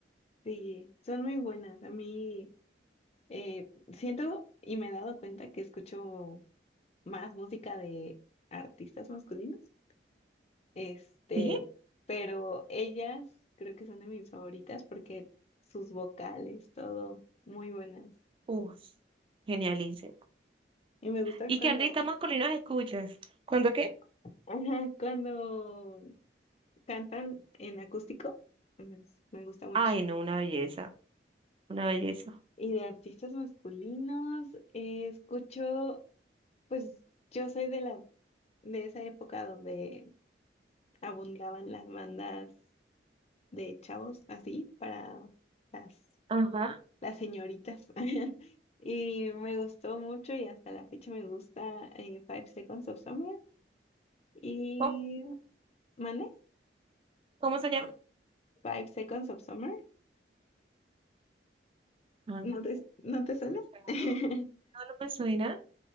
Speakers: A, on the left; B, on the right.
A: Sí, son muy buenas. A mí eh, siento y me he dado cuenta que escucho más música de artistas masculinos. Este,
B: ¿Sí?
A: pero ellas creo que son de mis favoritas porque sus vocales, todo, muy buenas.
B: Uf, genialísimo.
A: Y me gustan
B: ¿Y
A: cuando,
B: qué artistas masculinos escuchas? ¿Cuándo qué?
A: <laughs> ajá, cuando cantan en acústico, pues, me gusta mucho.
B: Ay, no, una belleza, una belleza.
A: Y de artistas masculinos, eh, escucho, pues yo soy de la, de esa época donde abundaban las bandas de chavos, así, para las,
B: Ajá.
A: las señoritas. <laughs> Y me gustó mucho y hasta la fecha me gusta eh, Five Seconds of Summer y
B: ¿Cómo?
A: ¿Mane?
B: ¿Cómo se llama?
A: Five Seconds of Summer.
B: Ah,
A: ¿No
B: No, no he
A: te, no te suena?
B: escuchado.
A: <laughs>
B: No, no me suena.